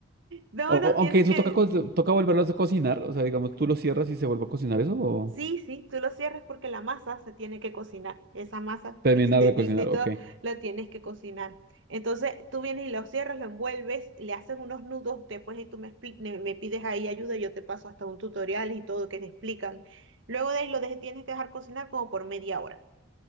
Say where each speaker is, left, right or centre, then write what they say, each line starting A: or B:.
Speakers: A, on the right; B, on the right.
A: No,
B: O-
A: no, tienes
B: aunque eso
A: que,
B: toca, co- toca volverlos a cocinar, o sea, digamos, tú lo cierras y se vuelve a cocinar eso, o
A: Sí, sí, tú lo cierras porque la masa se tiene que cocinar. Esa masa
B: terminar
A: que extendiste
B: de cocinar,
A: y
B: ok.
A: todo, la tienes que cocinar. Entonces tú vienes y lo cierras, lo envuelves, le haces unos nudos, después y tú me, expli- me me pides ahí ayuda, yo te paso hasta un tutorial y todo que te explican. Luego de ahí lo de- tienes que dejar cocinar como por media hora.